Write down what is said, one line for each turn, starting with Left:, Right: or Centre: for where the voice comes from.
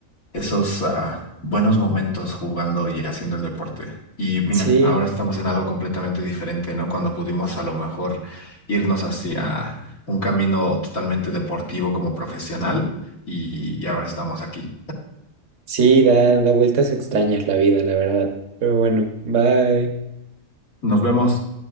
Left: esos ah, buenos momentos jugando y haciendo el deporte. Y mira,
Right: Sí,
Left: ahora estamos en algo completamente diferente, ¿no? Cuando pudimos a lo mejor irnos hacia un camino totalmente deportivo como profesional y y ahora estamos aquí.
Right: sí, da, da vueltas extrañas la vida, la verdad. Pero bueno, bye.
Left: Nos vemos.